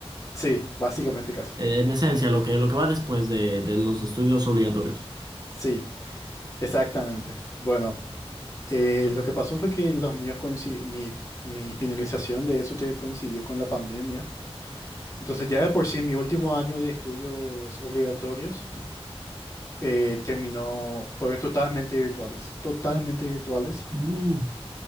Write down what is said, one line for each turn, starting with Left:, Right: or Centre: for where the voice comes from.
Left: Sí, básicamente casi.
Right: Eh, En esencia, lo que, lo que va después de, de los estudios obligatorios.
Left: Sí, exactamente. Bueno, eh, lo que pasó fue que los míos coinci- mi, mi finalización de eso te- coincidió con la pandemia. Entonces, ya de por sí, mi último año de estudios obligatorios eh, terminó, fueron totalmente virtuales, totalmente virtuales.
Right: Uh,